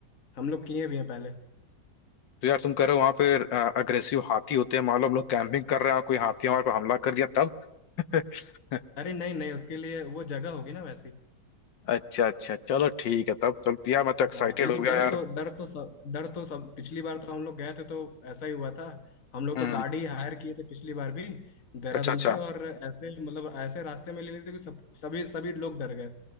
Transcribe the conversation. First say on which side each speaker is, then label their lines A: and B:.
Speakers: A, on the left; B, on the left.
A: हम लोग किए भी हैं पहले
B: तो यार तुम कह रहे हो वहाँ पे अग्रेसिव हाथी होते हैं मान लो हम लोग कैंपिंग कर रहे हैं और कोई हाथी हमारे पर हमला कर दिया तब <laughs>
A: अरे नहीं नहीं उसके लिए वो जगह होगी ना वैसी
B: अच्छा अच्छा चलो ठीक है तब चलो यार मैं तो एक्साइटेड
A: हाँ ये तो
B: हो गया
A: डर
B: यार
A: तो डर तो सब डर तो सब पिछली बार तो हम लोग गए थे तो ऐसा ही हुआ था हम लोग
B: हम्म
A: तो गाड़ी हायर किए थे पिछली बार भी देहरादून
B: अच्छा अच्छा
A: से और ऐसे मतलब ऐसे रास्ते में ले लिए थे कि सब सभी सभी लोग डर गए